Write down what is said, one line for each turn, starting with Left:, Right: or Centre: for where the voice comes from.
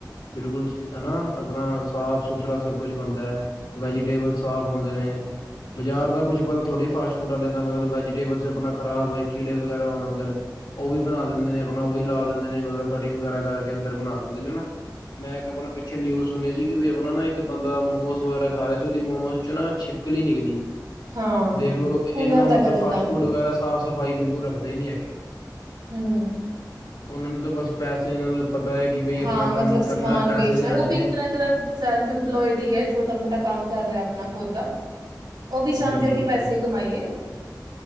Left: ਬਿਲਕੁਲ ਹਨਾ ਆਪਣਾ ਸਾਫ ਥੁਰਾ ਸਭ ਕੁਝ ਬੰਦਾਐ ਵੈਜੀਟੇਬਲ ਸਾਫ ਹੁੰਦੇ ਨੇ ਬਾਜ਼ਾਰ ਦਾ ਕੁਝ ਪਤਾ ਥੋੜੀ ਫਾਸ ਫ਼ੂਡ ਵਾਲਿਆਂ ਦਾ ਮਤਲਬ ਵੈਜੀਟੇਬਲਸ ਆਪਣਾ ਖਰਾਬ ਹੋਏ ਕੀੜੇ ਵਗੈਰਾ ਹੋਣ ਅੰਦਰ ਓ ਵੀ ਬਣਾ ਦਿੰਦੇ ਨੇ ਆਪਣਾ ਓ ਵੀ ਲਾ ਦਿੰਦੇ ਨੇ ਮਤਲਬ ਕਟਿੰਗ ਵਗੈਰਾ ਕਰਕੇ ਅੰਦਰ ਬਣਾ ਦਿੰਦੇ ਨੇ ਨਾ ਮੈਂ ਇਕ ਆਪਣਾ ਪਿੱਛੇ ਨਿਊਜ਼ ਸੁਣੀ ਸੀ ਕਿ ਬਈ ਆਪਣਾ ਨਾ ਇੱਕ ਬੰਦਾ ਮੋਮੋਸ ਵਗੈਰਾ ਖਾ ਰੇਆ ਸੀ ਓਦੀ ਮੋਮਸ ਚੋ ਨਾ ਛਿਪਕਲੀ ਨਿਕਲੀ
Right: ਹਾਂ
Left: ਦੇਖ ਲਓ
Right: ਹੋ
Left: ਇਨਾ
Right: ਜਾਂਦਾ
Left: ਮਤਲਬ
Right: ਗਦਗਦਾਨ
Left: ਫਾਸਟ ਫੂਡ
Right: ਨਾ
Left: ਵਗੈਰਾ ਸਾਫ ਸਫਾਈ ਬਿਲਕੁਲ ਰੱਖਦੇ ਨੀ ਹੈਗੇ
Right: ਹੂੰ।
Left: ਓਨਾਂ ਨੂੰ ਤਾਂ ਬਸ ਪੈਸੇ ਨਾਲ ਪਤੈ ਏ ਕਿ ਬਈ
Right: ਹਾਂ
Left: ਅਪਣਾ
Right: ਮਤਲਬ
Left: ਕੰਮ
Right: ਸਮਾਨ
Left: ਕਰਨੈ, ਪੈਸੇ
Right: ਵੇਚਣਾ
Left: ਲਿਆਣੇ
Right: ਉਹ ਵੀ
Left: ਨੇ।
Right: ਇੱਕ ਤਰ੍ਹਾਂ ਦਾ ਸੈਲਫ ਇੰਪਲੋਇਡ ਈ ਐ ਛੋਟਾ-ਮੋਟਾ ਕੰਮ ਕਰ ਰਿਐ ਅਪਣਾ ਖੁਦ ਦਾ। ਓਹ ਵੀ
Left: ਬਿਲਕੁਲ
Right: ਚਾਂਦੇ ਐ ਕਿ
Left: ਬਿਲਕੁਲ
Right: ਪੈਸੇ ਕਮਾਈਏ।